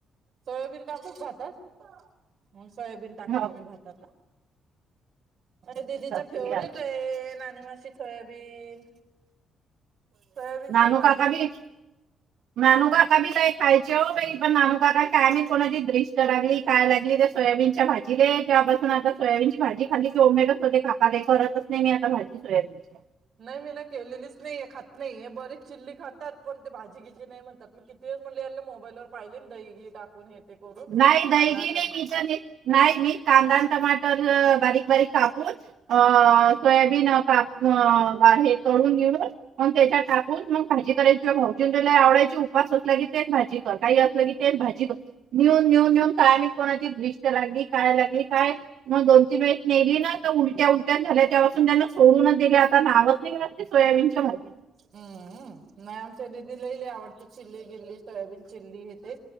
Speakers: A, on the right; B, on the right.
A: सोयाबीन टाकू भातात म सोयाबीन टाकते
B: हो
A: मी भातात हं <inaudible> अरे दिदीचा
B: सासूबाई
A: फेवरेट आहे नाणी मासी सोयाबीन सोयाबीनची
B: नानू
A: भाजी
B: काका
A: म्हण
B: बी नानू काका बी लय खायची ओ बाई पण नानू काकांना काय माहित कोणाची दृ ष्ट लागली
A: हं?
B: काय लागली त्या सोयाबीन च्या भाजीले तेव्हापासून आता सोयाबीनची भाजी खाल्ली की ओमेटच होते <unintelligible> करतच नाही मी आता भाजी सोयाबीनची
A: नाही मी ना केलेलीच नाहीये खात नाही, हे बरीच चिल्ली खातात पण ते भाजी गीजी नाही म्हणतात मी किती वेळेस म्हणले ह्यांना मोबाईलवर पाहिले ना बाई टाकून हे ते करून
B: नाही
A: कांदा
B: दही बी
A: टम
B: नाही मी कधी नाही मी कांदा अन टमाटर बारीक बारीक कापून अ सोयाबीन काक अ हे तळून घेऊन मग त्याच्यात टाकून मग भाजी करायची तुझ्या भाऊजींना तर लय आवडायची उपास असला की तेच भाजी कर काही असलं की तेच भाजी नेऊन नेऊन नेऊन कायम कोणाची दृष्ट्य लागली काय लागली काय? मग दोन तीन वेळेस नेली ना तर उलट्या उलट्या झाल्या तेव्हापासून त्यांना सोडूनच दिली आता नावच नाही घेणार ते सोयाबीनच्या <unintelligible>
A: हम्मम नाही आमच्या बी दिलेली आवडते चिल्ली सोयाबीन चिल्ली येते